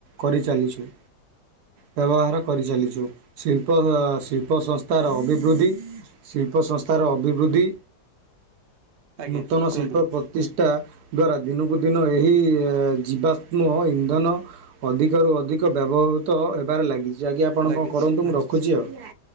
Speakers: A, on the right; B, on the right.
A: କରିଚାଲିଛୁ। ବ୍ୟବହାର କରିଚାଲିଛୁ ଶିଳ୍ପ ଶିଳ୍ପ ସଂସ୍ଥାର ଅଭିବୃଦ୍ଧି ଶିଳ୍ପ ସଂସ୍ଥାର ଅଭିବୃଦ୍ଧି
B: ଆଜ୍ଞା
A: ନୂତନ ଶିଳ୍ପ
B: କୁହନ୍ତୁ
A: ପ ପ୍ରତିଷ୍ଠା ଦ୍ଵାରା ଦିନକୁ ଦିନ ଏହି ଜୀବାତ୍ମ ଇନ୍ଧନ ଅଧିକରୁ ଅଧିକ ବ୍ୟବହୃତ ହେବାରେ ଲାଗିଛି ଆଜ୍ଞା ଆପଣ
B: ଲାଗିଛି
A: କଣ କରନ୍ତୁ ମୁଁ ରଖୁଛି ଆଉ।